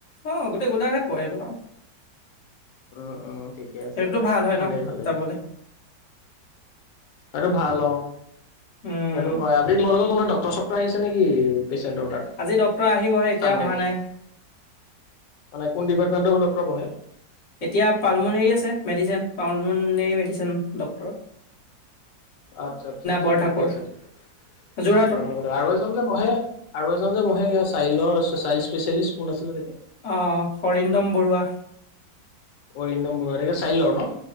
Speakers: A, on the left; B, on the left.
A: অঁ গোটেই গোলাঘাট পৰেতো আৰু।
B: উম উম ঠিকে আছে
A: সেইটোতো
B: দিয়া,
A: ভাল হয়
B: ভালেই
A: ন?
B: ভালেই।
A: যাবলে
B: আৰু ভাল অঁ।
A: উম,
B: সেইটো হয়। আজি তোমালোকৰ কোনোবা ডক্টৰ চকক্তৰ আহিছে নেকি পেচণ্টৰ কাৰণে
A: আজি ডক্তৰ আহিবহে এতিয়া
B: চানডে
A: অহা
B: বোলি?
A: নাই।
B: অঁ নাই কোন ডিপাৰ্টমেণ্টৰ ডক্টৰ বহে?
A: এতিয়া পাৰুলমনীৰে আছে মেডিচ, পাৰুলমনীয়ে মেডিচিন ডক
B: আচ্ছা আচ্ছা আচ্ছা
A: বৰঠাকুৰ
B: ঠিকে আছে তেতিয়া।
A: যোৰহাটৰ
B: চুপেন্দ আৰু এজন যে বহে আৰু এজন যে বহেগে চাইল্ডৰ চ চাইল্ড স্পেচিয়েলিষ্ট কোন আছিলে তেখেত?
A: অঁ অৰিন্দম বৰুৱা।
B: অৰিন্দম বৰুৱা, তেখেত চাইল্ডৰ ন?